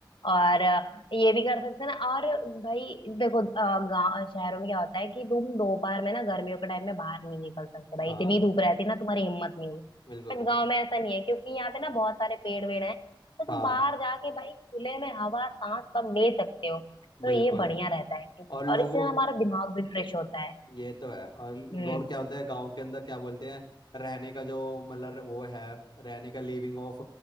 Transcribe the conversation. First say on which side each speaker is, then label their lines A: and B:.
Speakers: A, on the left; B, on the left.
A: और अ, ये भी कर सकते हैं ना और भाई देखो अ, गाँव शहरों में क्या होता है कि तुम दोपहर में ना गर्मियों के टाइम में बाहर नहीं निकल सकते भाई
B: हाँ
A: इतनी धूप रहती है ना तुम्हारी हिम्मत नहीं होगी
B: बिल्कुल
A: बट गाँव में ऐसा नहीं है क्योंकि यहाँ पे ना बहुत सारे पेड़ वेड़ हैं तो तुम
B: हाँ
A: बाहर जाके भाई खुले में हवा सांस सब ले सकते हो तो
B: बिल्कुल
A: ये बढ़िया रहता है
B: और लोगों
A: और इससे ना हमारा दिमाग भी फ्रेश होता है
B: ये तो है और
A: हम्म
B: और क्या बोलते हैं गांव के अंदर क्या बोलते हैं रहने का जो मतलब वो है रहने का लिविंग ऑफ